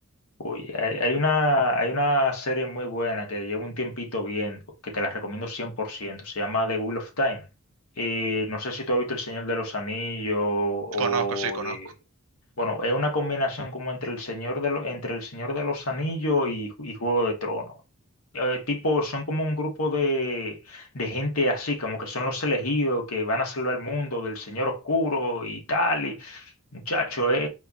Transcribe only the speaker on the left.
Uy, hay, hay una, hay una serie muy buena que llevo un tiempito viendo, que te la recomiendo cien por ciento se llama The Wheel of Time. Eh, no sé si tú has visto El Señor de los Anillos o...
eh, Bueno, es una combinación como entre el Señor de, lo- entre el Señor de los Anillos y, y Juego de Tronos. Eh, tipo, son como un grupo de, de gente así, como que son los elegidos que van a salvar el mundo del Señor Oscuro y tal. Y, muchacho, es,